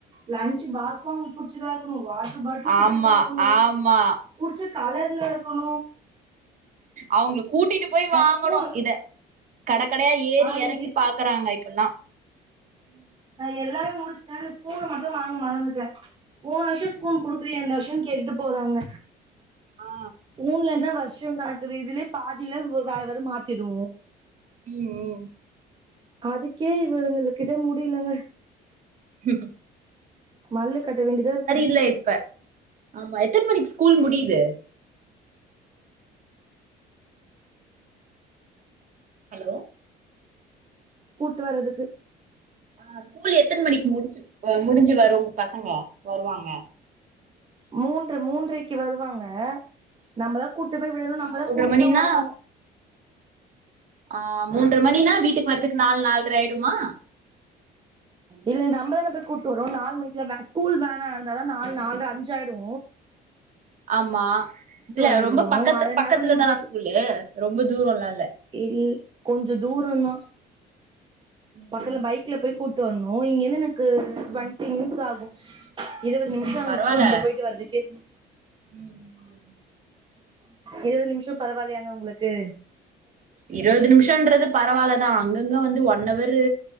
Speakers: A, on the right; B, on the right.
A: லஞ்சு பாக்ஸ் அவங்களுக்கு பிடிச்சதா இருக்கனு வாட்டர் பாட்டில் புடிச்சதா
B: ஆமா
A: இருக்கணும்
B: ஆமா
A: புடிச்ச கலர் ல கணும்
B: அவுங்களுக் கூட்டிட்டு போய் வாங்கனு
A: ஸ்பூனு
B: இத கடக் கடயா ஏறி
A: ஆ இன்னைக்கு
B: எறங்கி பாக்கறாங்க இப்பெல்லா
A: அ எல்லாரு முடிச் ஏங்க ஸ்பூனு மட்டு வாங்க மறந்துட்டே போன வர்ஷோ ஸ்பூன் குடுக்குறியே இந்த வர்ஷோ கேட்டுட்டு போறாங்க
B: ஆ
A: ஊன்லந் த வர்ஷோ நடக்குது இதுலேயே பாதில ஒர் வ வர மாத்திடு
B: ம் ம்
A: அதுக்கே இவங்களு கிட்ட முடியலங்க
B: ஹ
A: மல்லு கட்ட வேண்டிதாருக்கு
B: இல்ல இப்ப ஆமா எத்தன் மணிக் ஸ்கூல் முடியிது ஹலோ
A: கூட்டு வரதுக்கு
B: அ ஸ்கூல் எத்தன் மணிக் முடிச்சி வ முடிஞ்சு வ ரு பசங்க வருவாங்க
A: மூன்று மூன்றைக்கு வருவாங்க நம்பதா கூட்டு போய் விடணு நம்பதா
B: ஆ மூன்ற
A: கூட்டிட்டு
B: மணினா
A: வரணு
B: ஆ மூன்ற மணினா வீட்டுக் வர்துக்கு நால் நால்ர ஆயிடுமா
A: இல்ல நம்பதான போய் கூட்டு வரோ நாலு மணிக்லா மே ஸ்கூல் வேனாருந்தாதா நால் நால்ர அஞ்சாயிடூ
B: ஆமா இல்ல
A: வந்துருவோ
B: ரொம்ப பக்கத்து
A: அதனால
B: பக்கத்துல
A: மூன்றைக்கு
B: தானா ஸ்கூலு ரொம்ப தூரோ எல்லா இல்ல
A: இல் கொஞ்சோ தூரோதா
B: ம்
A: பகல்ல பைக்கில போய் கூட் தோ நோயிங் என்னன்னு க்கு டொவெண்ட்டி
B: ம்
A: மினிட்ஸ் ஆகு இருவது
B: ம்
A: நிமிஷோ அங்க
B: பரவால்ல
A: ஸ்கூல் கிட்ட போயிட்டு வர்றதுக்கு
B: ம் ம்
A: இருவது நிமிஷோ பரவால்லையாங்க உங்களுக்கு
B: இருவது நிமிஷன்றது பரவால்லதா அங்கங்க வந்து ஒன் அவரு